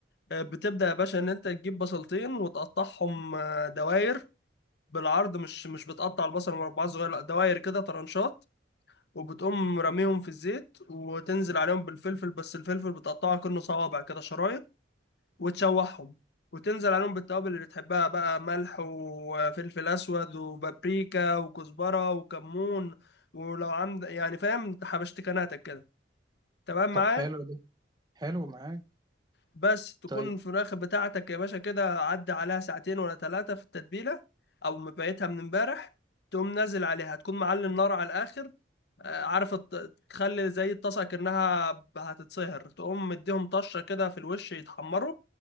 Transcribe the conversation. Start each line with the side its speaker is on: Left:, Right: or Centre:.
Left: آه، بتبدأ يا باشا ان انت تجيب بصلتين وتقطعهم آه، دواير بالعرض مش مش بتقطع البصل مربعات صغيرة لا دواير كده طرنشات وبتقوم رميهم في الزيت وتنزل عليهم بالفلفل بس الفلفل بتقطعه كأنه صوابع كده شرايط وتشوحهم وتنزل عليهم بالتوابل اللي بتحبها بقى ملح وفلفل اسود وبابريكا وكزبرة وكمون ولو عند يعني فاهم حبشتكناتك كده تمام
Right: طب
Left: معايا
Right: حلو ده حلو معاك
Left: بس تكون
Right: طيب
Left: الفراخ بتاعتك يا باشا كده عدى عليها ساعتين ولا ثلاثة في التتبيلة أو مبيتها من امبارح تقوم نازل عليها تكون معلي النار على الآخر آه، عارف الت- تخلي زي الطاسة كأنها ب- هتتسهر تقوم مديهم طشة كده في الوش يتحمروا